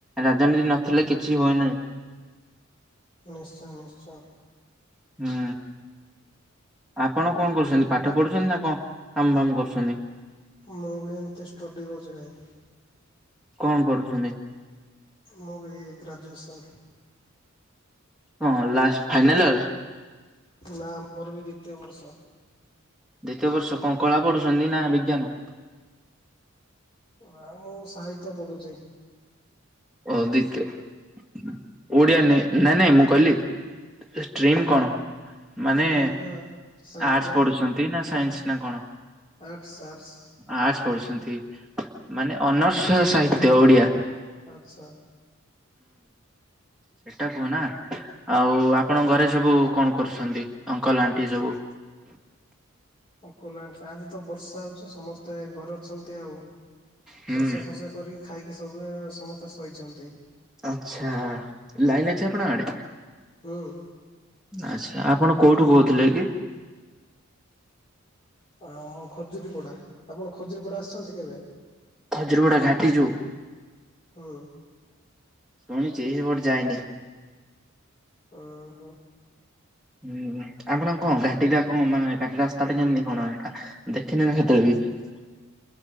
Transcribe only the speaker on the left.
ନିଶ୍ଚୟ ନିଶ୍ଚୟ।
ମୁଁ ବି ଏମିତି ଷ୍ଟୁଡ଼ି ଅଛି ଭାଇ।
ମୁଁ ବି ଏଇ ଗ୍ରାଜୁଏସନ୍।
ନା ମୋର ବି ଦ୍ବିତୀୟ ବର୍ଷ।
ନା ମୁଁ ସାହିତ୍ୟ ପଢୁଛି।
ଷ୍ଟ୍ରିମ୍ ବା ସାହିତ୍ୟ
Arts arts.
ଆଚ୍ଛା।
ହୁଁ ଖୋଲା ଅଛି ଆଜି ତ ବର୍ଷା ହଉଛି ସମସ୍ତେ ଘରେ ଅଛନ୍ତି ଆଉ।
ରୋଷେଇ ଫୋଷେଇ କରିକି ଖାଇକି ସବୁ ଏଁ ସମସ୍ତେ ଶୋଇଛନ୍ତି।
ହୁଁ
ଆମ ଖଜୁରୀପଡା। ଆପଣ ଖଜୁରୀପଡା ଆସିଛନ୍ତି କେବେ?
ହୁଁ।
ହୁଁ ହୁଁ।